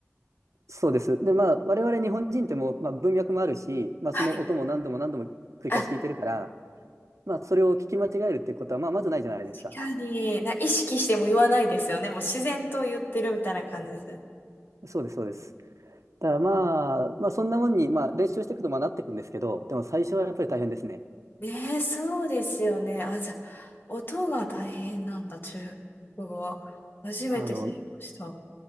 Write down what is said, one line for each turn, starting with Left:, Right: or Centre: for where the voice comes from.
Right: そうです。で、まあ、我々日本人ってもう、まあ、文脈もあるし、まあ、
Left: はい。
Right: その音も何度も何度も繰り返し聞いてるから、
Left: あ、確
Right: まあ、それを聞き間違えるっていうことは、まあ、まずないじゃないですか。
Left: かに。な、意識しても言わないですよね。もう自然と言ってるみたいな感じです。
Right: そうです、そうです。だからまあ、まあそんなもんに、まあ練習していくとまあなっていくんですけど、でも最初はやっぱり大変ですね。
Left: ねえ、そうですよね。あ、じゃあ、音が大変なんだ、中国語は。初めて知りました。
Right: あの、